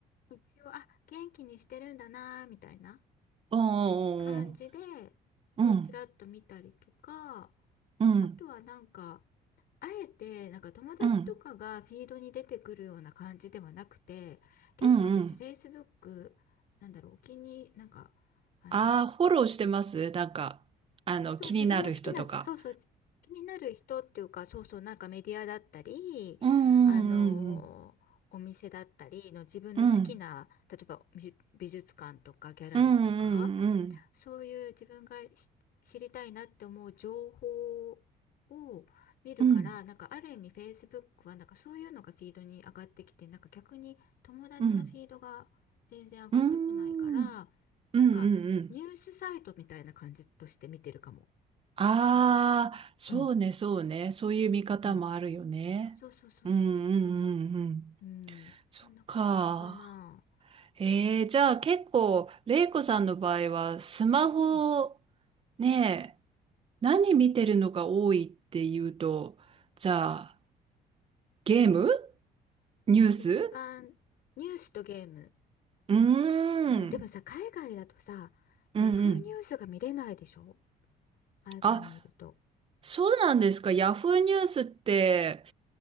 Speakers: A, on the left (about 65°); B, on the right (about 35°).
A: 一応、あ、元気にしてるんだな、みたいな
B: お
A: 感じで、
B: んうん
A: ちらっと見たりとか、
B: うん
A: あとはなんか、あえて、なんか友達とかがフィードに出てくるような感じではなくて、
B: うん
A: 結構私、
B: うんうん
A: Facebook、なんだろう、お気に、なんか、あの、
B: ああーフォローしてますなんかあの気になる人とか
A: そう、自分の好きな、そうそう、気になる人っていうか、そうそう、なんかメディアだったり、
B: うんうん
A: あのーお店だったりの自分の好きな、
B: うん
A: 例えば美美術館とかギャラリーとか、
B: うんうんうん
A: そういう自分がし知りたいなって思う情報を見るから、
B: うん
A: なんかある意味 Facebook はなんかそういうのがフィードに上がってきて、なんか逆に友達のフィードが全然上がってこないから、
B: うんうんうんうんうんうん
A: なんかニュースサイトみたいな感じとして見てるかも。
B: ああーそうねそうねそういう見方もあるよねうんうんうんうん
A: うん。うんうん。そうそうそうそうそうそう。うん。
B: そっか
A: そんな感じかな。
B: えー、じゃあ結構レイコさんの場合はスマホ
A: うん。
B: ねえ何見てるのが多いっていうと、じゃあ、ゲームニュース
A: 一番ニュースとゲーム。
B: うー
A: うん。
B: ん。
A: でもさ、海外だとさ、
B: うんうん。
A: ヤフーニュースが見れないでしょ海外にいると。
B: あ、そうなんですか。ヤフーニュースって、